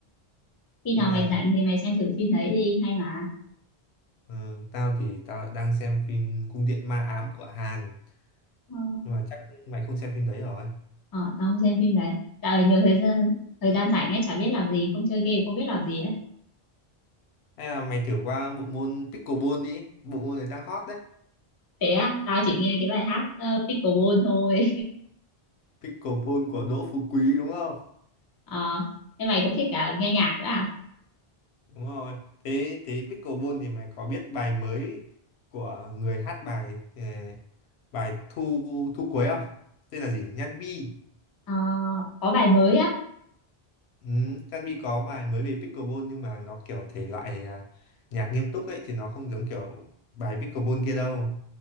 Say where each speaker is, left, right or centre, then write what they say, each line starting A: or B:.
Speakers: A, on the left (about 30°); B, on the left (about 85°).
A: khi
B: Nên
A: nào
B: là
A: mày rảnh thì mày xem thử phim đấy đi hay mà
B: ờ, tao thì tao lại đang xem phim Cung điện ma ám của Hàn.
A: ờ,
B: Nhưng mà chắc mày không xem phim đấy rồi.
A: ờ, tao không xem phim đấy dạo này nhiều thời gian thời gian rảnh ấy chả biết làm gì không chơi game không biết làm gì ấy
B: Hay là mày thử qua bộ môn pickleball đi, bộ môn này đang hot đấy.
A: thế á tao chỉ nghe cái bài hát ờ, Pickleball thôi
B: Pickleball của Đỗ Phú Quý đúng không?
A: <laughs> ờ thế mày cũng thích cả nghe nhạc nữa à
B: Đúng rồi. Thế thế pickleball thì mày có biết bài mới của người hát bài ờ, bài thu thu cuối không? Tên là gì? Nhan Bi.
A: Ờ, có bài mới á
B: Ừ, Nhan Bi có bài mới về pickleball nhưng mà nó kiểu thể loại à, nhạc nghiêm túc ấy chứ nó không giống kiểu bài pickleball kia đâu.